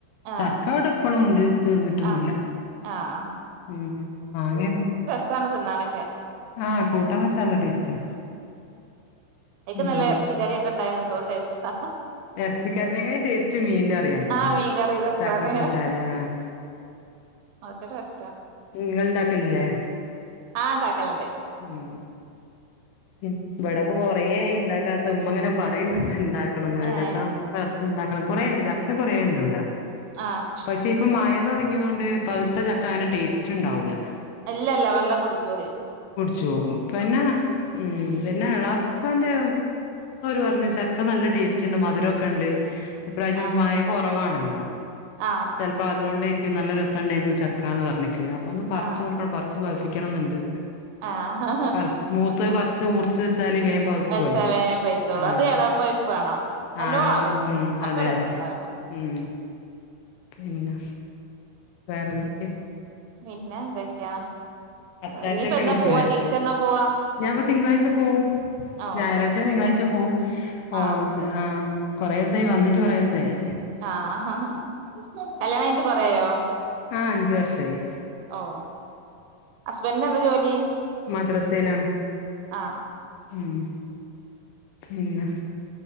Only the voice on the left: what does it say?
ചക്കവിട പ്പൊളും ഉണ്ട് തീർന്നിട്ടൊന്നുല്ല
ഉം മാങ്ങയ്
ആഹ് കൂട്ടാം വെച്ചാ നല്ല ടേസ്റ്റാ
ഉം
ഇറച്ചിക്കറിനേക്കായ് ടേസ്റ്റ് മീന്റെ കറിയാന്ന് തോന്ന്ന്ന്
ചക്കക്കൂട്ടാല്ലേ ആഹ്
നിങ്ങ ളുണ്ടാക്കലില്ലേ
ഉം ഉം ഇവിടപ്പ കൊറേ ആയി ഇണ്ടാക്കാത്ത ഉമ്മ ങ്ങനെ പറയുന്നുണ്ട് ഇണ്ട ണം നേരില്ലട്ടോ
പറിച്ചുണ്ടാക്കണം കൊറെണ്ട് ചക്ക കുറേ ഉണ്ട് ഇടെ
പക്ഷെ ഇപ്പ മഴ തുടങ്ങിയതൊണ്ട് പഴുത്ത ചക്ക അതിന്റെ ടേസ്റ്റ് ഉണ്ടാവൂല്ല
ചുവും പിന്നെ ഉം പിന്നെ എളാപ്പാന്റെ പറഞ്ഞ ചക്ക നല്ല ടേസ്റ്റ് ഉണ്ട് മധുരമൊക്കെ ഉണ്ട് ഇപ്രാവശ്യം
മഴ കുറവാണല്ലോ
ചിലപ്പോൾ അതുകൊണ്ട ഇരിക്കും നല്ല രസംണ്ടായിരുന്നു ചക്കാ എന്ന് പറഞ്ഞിക്ക് അപ്പൊ ഒന്ന് പറിച്ച്
നോക്കണം <unintelligible> വപ്പിക്കണംന്നുണ്ട്
പറ മൂത്ത് പറിച്ച് മൂറിച്ച് വെച്ചാല് വേ പക്കുവല്ലോ
ആഹ്
ആളം
ഉം
അതെ
അതെ ഉം പിന്നെ വേറെന്തൊക്കെയാ
അത്രായത്തിനൊക്കെണീക്കൂല്ലേ
ഞാൻ അപ്പ തിങ്കളാഴ്ച പോവും
ഞായറാഴ്ച തിങ്കാഴ്ച പോവും ഓ
ആഹ് കൊറെേ ഈസായി വന്നിട്ട് കൊറെ ഈസായി
ആഹ് അഞ്ചു വർഷായി
മദ്റസേലാണ്
ഉം പിന്ന